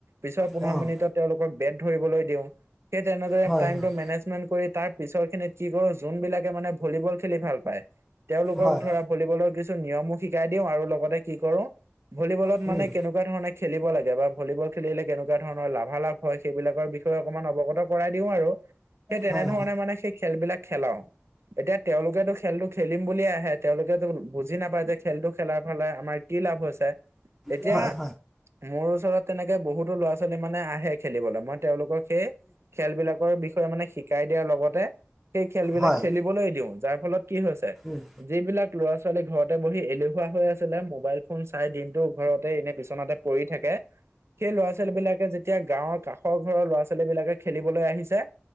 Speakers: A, on the right; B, in the centre.
A: পিছৰ পোন্ধৰ
B: হয়, উম,
A: মিনিটত তেওঁলোকক বেট ধৰিবলৈ দিওঁ। সেই তেনেদৰে
B: হয়,
A: টাইমটো
B: হয়,
A: মেনেজমেন্ট কৰি তাৰ পিছৰ খিনিত কি কৰো যোনবিলাকে মানে ভলীবল খেলি ভাল পায় তেওঁলোকক
B: হয়।
A: ধৰা ভলীবলৰ কিছু নিয়মো শিকাই দিওঁ আৰু লগতে কি কৰো ভলীবলত
B: হয়,
A: মানে
B: হয়, উম,
A: কেনেকুৱা ধৰণে খেলিব লাগে বা ভলীবল খেলিলে কেনেকুৱা ধৰণৰ লাভালাভ হয় সেইবিলাকৰ বিষয়ে অকমান অৱগত কৰাই দিও আৰু সেই তেনেধৰণে
B: হয়, উম, হয়,
A: মানে খেলবিলাক খেলাও এতিয়া তেওঁলোকেটো খেলটো খেলিম বুলিয়ে আহে। তেওঁলোকেটো বুজি নাপায় যে খেলটো খেলাৰ ফালে আমাৰ কি লাভ হৈছে এতিয়া
B: হয়,
A: মোৰ ওচৰত তেনেকে বহুতো ল'ৰা-ছোৱালী মানে আহে খেলিবলৈ মই তেওঁলোকক সেই খেলবিলাকৰ বিষয়ে মানে শিকাই দিয়াৰ লগতে সেই খেলবিলাক
B: হয়, হয়,
A: খেলি খেলিবলৈ দিওঁ যাৰ ফলত কি হৈছে
B: উম,
A: যিবিলাক ল'ৰা-ছোৱালী ঘৰতে বঢ়ি এলেহুৱা হৈ আছিলে মোবাইল ফোন চাই দিনটো ঘৰতে এনে বিচনাতে পঢ়ি থাকে সেই ল'ৰা-ছোৱালীবিলাকে যেতিয়া গাঁৱৰ কাষৰ ঘৰৰ ল'ৰা-ছোৱালীবিলাকে খেলিবলৈ আহিছে।